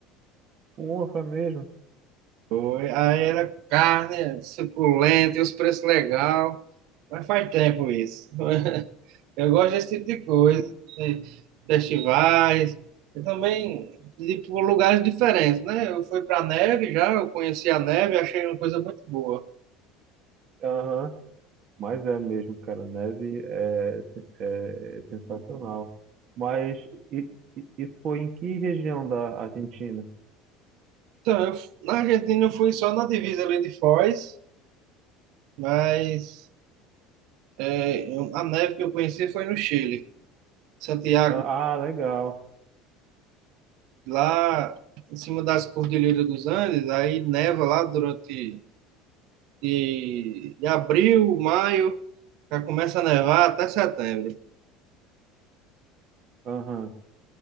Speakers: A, on the right; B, on the right.
A: Porra, é mesmo.
B: Foi- Aí era carne, suculenta, e os preços legal. Mas faz tempo isso. <laughs> Eu gosto desse tipo de coisa,
A: E,
B: de festivais, e também de ir por lugares diferentes, né? Eu fui para neve já, eu conheci a neve, achei uma coisa muito boa.
A: aham, mas é mesmo, cara, neve é, é é sensacional. Mas e, e- isso foi em que região da Argentina?
B: Então, eu, f- na Argentina eu fui só na divisa ali de Foz, mas é, eu- a neve que eu conheci foi no Chile. Santiago,
A: Ah, ah, legal.
B: lá em cima das Cordilheiras dos Andes, aí neva lá durante de, de abril, maio, já começa a nevar até setembro.
A: Aham.